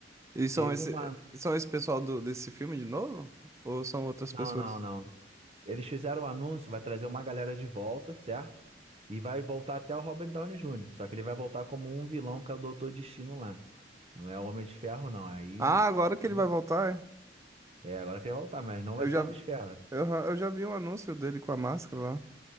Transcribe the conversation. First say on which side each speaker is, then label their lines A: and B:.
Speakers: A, on the right; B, on the right.
A: E são
B: teve
A: esse,
B: uma...
A: são esse pessoal do, desse filme de novo? Ou são outras
B: Não,
A: pessoas?
B: não, não. Eles fizeram o anúncio, vai trazer uma galera de volta, certo? E vai voltar até o Robert Downey Jr. Só que ele vai voltar como um vilão, que é o Doutor Destino lá. Não é o Homem de Ferro, não. Aí.
A: Ah, agora que
B: né?
A: ele vai voltar,
B: É, agora que ele vai voltar, mas não vai
A: é? Eu
B: ser
A: já,
B: o Homem de Ferro.
A: eu, eu já vi um anúncio dele com a máscara lá.